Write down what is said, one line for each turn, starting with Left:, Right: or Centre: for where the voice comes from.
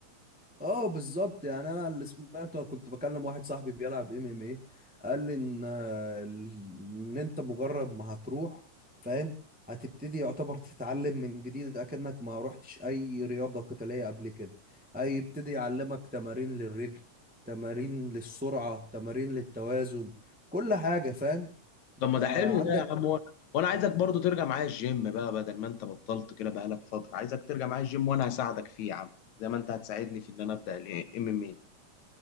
Centre: اه بالظبط يعني انا اللي سمعته كنت بكلم واحد صاحبي بيلعب ام ام ايه قال لي ان آه، ال- ان انت مجرد ما هتروح فاهم هتبتدي يعتبر تتعلم من جديد اكنك ما روحتش اي رياضة قتالية قبل كده هيبتدي يعلمك تمارين للرجل تمارين للسرعة تمارين للتوازن كل حاجة فاهم
Left: طب ما ده
Centre: آه،
Left: حلو
Centre: عندك
Left: ده يا عم وانا وأنا عايزك برضو ترجع معايا الجيم بقى بدل ما انت بطلت كده بقالك فترة عايزك ترجع معايا الجيم وانا هساعدك فيه يا عم زي ما انت هتساعدني في ان انا ابدأ الام ام اي.